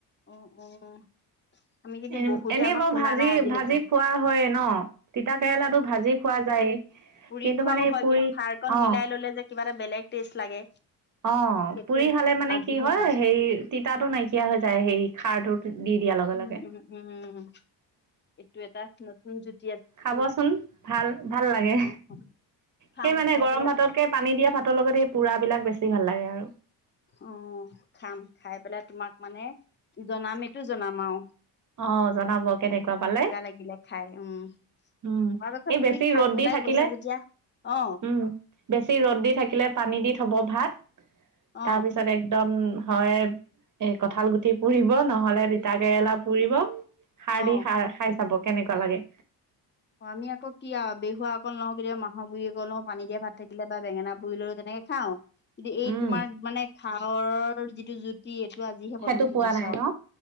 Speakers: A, on the left; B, on the right.
A: উম উম আমি কিন্তু
B: এনে
A: বহুতে
B: এনেই
A: আমাক
B: বাৰু
A: শুনা
B: ভাজি
A: নাই আজিলৈকে
B: ভাজি খোৱা হয় ন, তিতা কেৰেলাটো ভাজি খোৱা যায়
A: পুৰি
B: কিন্তু
A: খোৱাও
B: মানে
A: হয়
B: পুৰি
A: কিন্তু খাৰ কন
B: অ
A: মিলাই ললে যে কিবা এটা বেলেগ টেষ্ট লাগে
B: অ
A: সেইটো
B: পুৰি খালে মানে
A: আজিহে
B: কি হয়
A: শুনিছো
B: হেই তিতাটো নাইকিয়া হৈ যায় হেৰি খাৰটো। দি দিয়াৰ লগে
A: উম,
B: লগে
A: উম, উম, উম, এইটো এটা ন। হুমজুত।
B: খাবচোন ভাল ভাল লাগে
A: খাম খাম খাম
B: সেই মানে
A: খাই
B: গৰম
A: পেলাই
B: ভাততকে পানী দিয়া ভাত। লগত পুৰাবলাক বেছি ভাল লাগে আৰু।
A: অ খাম খাই পেলাই তোমাক মানে জনামে। টো জনাম আও।
B: অ জনাব কেনেকুৱা পালে
A: লাগিলে খাই উম
B: উম
A: খোৱাৰ কথা
B: এই
A: তুমি
B: বেছি
A: খাই
B: ৰ'দ
A: পেলাই
B: দি থাকিলে
A: কৈছা যেতিয়া অ
B: উম বেছি ৰ'দ দি থাকিলে পানী দি থব ভাত।
A: অ
B: তাৰ পিছত একদম। হয় এ কঁঠাল গুটি পুহিব নহলে তিতা কেৰেলা। পৰিব। শাৰী
A: অ
B: খা খাইছ। চাব কেনেকুৱা লাগে।
A: অ আমি আকৌ কি আৰু বহুহোৱা অক লওঁ কেতিয়াবা মাহৰ গুৰি অককল লওঁ পানী দিয়া ভাত থাকিলে বা বেঙেনা। পৰিলৈ তেনেকে খাওঁ কিন্তু এই
B: উম
A: তোমাৰ মানে খা। ঘৰৰ যিটো জুতি। আজিহে
B: সেইটো
A: প্ৰথম শিকিছো
B: পোৱা নাই ন